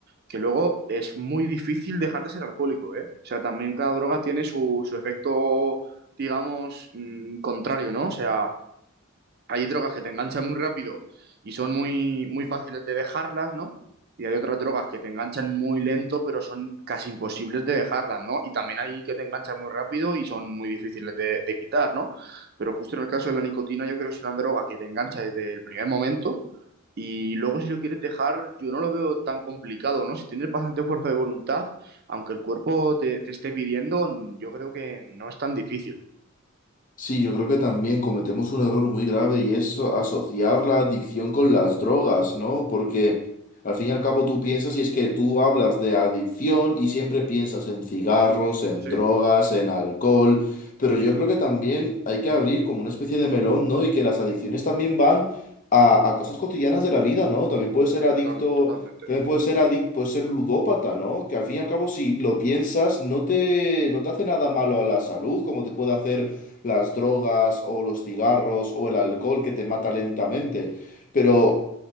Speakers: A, on the right (about 45°); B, on the left (about 40°).
A: Que luego es muy difícil dejar de ser alcohólico, ¿eh? O sea, también cada droga tiene su, su efecto, digamos, mm, contrario, ¿no? O sea, hay drogas que te enganchan muy rápido y son muy, muy fáciles de dejarlas, ¿no? Y hay otras drogas que te enganchan muy lento, pero son casi imposibles de dejarlas, ¿no? Y también hay que te enganchan muy rápido y son muy difíciles de, de quitar, ¿no? Pero justo en el caso de la nicotina, yo creo que es una droga que te engancha desde el primer momento y luego si lo quieres dejar, yo no lo veo tan complicado, ¿no? Si tienes bastante fuerza de voluntad, aunque el cuerpo te, te esté pidiendo, yo creo que no es tan difícil.
B: Sí, yo creo que también cometemos un error muy grave y es so- asociar la adicción con las drogas, ¿no? Porque al fin y al cabo tú piensas y es que tú hablas de adicción y siempre piensas en cigarros, en
A: Sí,
B: drogas, en alcohol, pero yo creo que también hay que abrir como una especie de melón, ¿no? Y que las adicciones también van a, a cosas cotidianas de la vida, ¿no? También puedes ser
A: sí,
B: adicto,
A: total- totalmente,
B: también puedes ser adicto, puedes ser ludópata, ¿no? Que al fin y al cabo si lo piensas no te, no te hace nada malo a la salud, como te puede hacer las drogas o los cigarros o el alcohol que te mata lentamente, pero